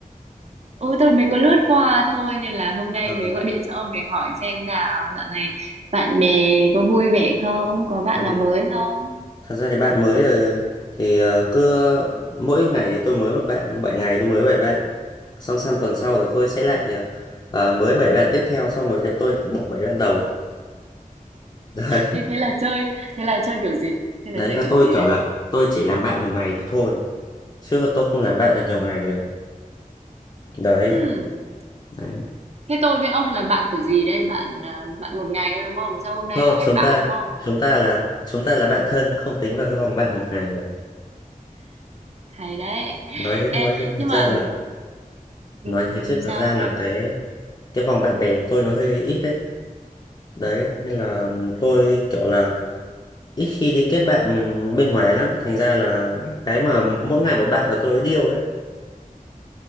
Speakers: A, on the right; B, on the left.
A: Ừ, tôi mới có lướt qua thôi nên là hôm nay
B: Ờ,
A: mới gọi điện cho ông để hỏi xem nào dạo này bạn bè có vui vẻ không? Có bạn
B: tại
A: nào
B: vì
A: mới không?
B: thật ra thì bạn mới ờ, thì ờ, cứ mỗi ngày thì tôi mới một bạn, 7 ngày tôi mới 7 bạn. Xong sang tuần sau là tôi sẽ lại ờ, mới 7 bạn tiếp theo xong rồi lại tôi bỏ 7 bạn đầu. <laughs> Đấy,
A: Thế thế là chơi, thế là chơi kiểu gì? Thế là
B: đấy
A: chơi
B: là
A: kiểu
B: tôi
A: gì
B: kiểu
A: đây?
B: là tôi chỉ làm bạn một ngày được thôi. Chứ tôi không làm bạn được nhiều ngày được. Đấy,
A: Hmm.
B: đấy.
A: Thế tôi với ông là bạn kiểu gì đây? Bạn à, bạn một ngày thôi đúng không? Sau hôm nay
B: Thôi
A: là hết
B: chúng
A: bạn
B: ta
A: đúng không?
B: chúng ta là chúng ta là bạn thân không tính vào cái vòng bạn một ngày được.
A: Hay đấy.
B: Nói thế thôi
A: Ê,
B: chứ thật
A: nhưng
B: ra
A: mà
B: là
A: ừ,
B: nói thế
A: ừ,
B: chứ thật
A: sao
B: ra là
A: sao?
B: cái cái vòng bạn bè của tôi nó hơi ít đấy đấy
A: Ừ.
B: nên là tôi kiểu là ít khi đi kết bạn bên ngoài lắm thành ra là cái mà mỗi ngày một bạn là tôi điêu đấy